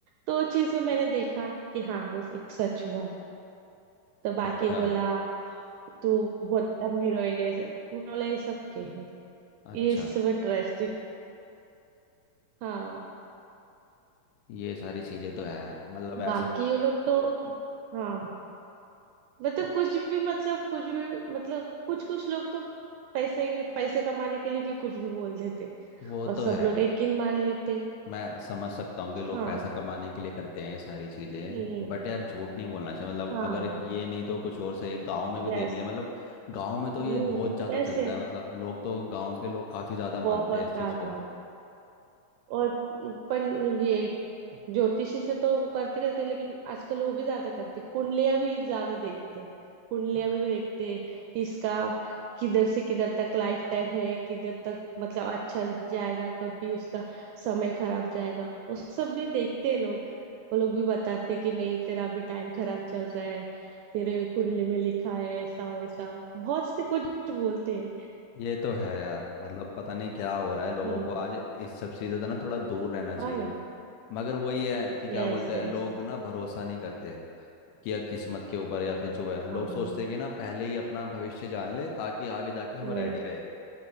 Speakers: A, on the right; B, on the left.
A: तो उस चीज में मैंने देखा कि हाँ वो एक सच हुआ है तो बाकी
B: अच्छा
A: बोला तू बहुत अमीर हो गया ऐसे उन्होंने बोला, ये सब के है
B: अच्छा
A: ये सब इंटरेस्टिंग हाँ
B: ये सारी चीजें तो है मतलब ऐसे
A: बाकी वो लोग तो हाँ मतलब कुछ भी मतलब कुछ भी मतलब कुछ कुछ लोग तो पैसे पैसे कमाने के लिए भी कुछ भी बोल देते
B: वो
A: और
B: तो
A: सब
B: है
A: लोग यकीन मान लेते
B: मैं समझ सकता हूँ कि लोग
A: हाँ
B: पैसा कमाने के लिए करते हैं ये सारी चीज़ें
A: हम्म
B: बट यार झूठ नहीं बोलना चाहिए मतलब
A: हाँ
B: अगर ये नहीं तो कुछ और सही गांव में भी
A: यस
B: देख ले मतलब गांव में तो ये
A: हम्म
B: बहुत ज़्यादा चलता
A: ऐसे
B: है मतलब लोग तो गांव के लोग काफ़ी ज़्यादा मानते
A: बहुत
B: हैं इस
A: ज्यादा
B: चीज़ को
A: और पन ये ज्योतिषी से तो वो करते करते लेकिन आजकल वो भी ज्यादा करते कुंडलियां भी ज्यादा देखते कुंडलियां
B: हाँ।
A: भी देखते कि इसका किधर से किधर तक लाइफ टाइम है किधर तक मतलब अच्छा जाएगा कब भी उसका समय खराब जाएगा वो सब भी देखते हैं लोग वो लोग भी बताते हैं कि नहीं तेरा अभी टाइम खराब चल रहा है तेरे कुंडली में लिखा है ऐसा वैसा बहुत से कुछ बोलते हैं
B: ये तो है यार मतलब पता नहीं क्या हो रहा है लोगों
A: हम्म
B: को आज इस सब चीज़ों से ना थोड़ा दूर रहना चाहिए
A: हाँ ना
B: मगर वही है कि क्या
A: Yes
B: बोलते
A: yes
B: हैं लोग ना भरोसा नहीं करते कि या किस्मत के ऊपर या फिर जो है लोग
A: हाँ
B: सोचते हैं कि ना पहले ही अपना भविष्य जान ले ताकि आगे जाके हम
A: yes।
B: रेडी रहे